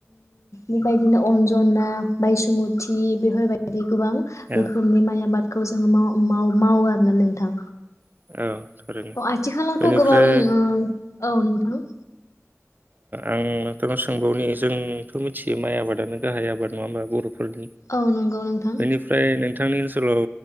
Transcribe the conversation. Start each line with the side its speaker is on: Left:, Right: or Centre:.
Left: बेबायदिनो अन्जना बायसुमुत बेफोरबायदि गोबां
Right: औ
Left: रोखोमनि माइ आबाद खौ जोङो माव मावो आरोना नोंथां
Right: औ थारैनो
Left: अ आथिखालावथ'
Right: बेनिफ्राय
Left: गोबां औ नोंथां।
Right: आंथ' सोंबावनि जोंथ' मिथियो माइ आबादानो गाहाय आबाद नङा होमबा बर'
Left: औ नंगौ नोंथां
Right: बेनिफ्राय नोंथांनि ओनसोलाव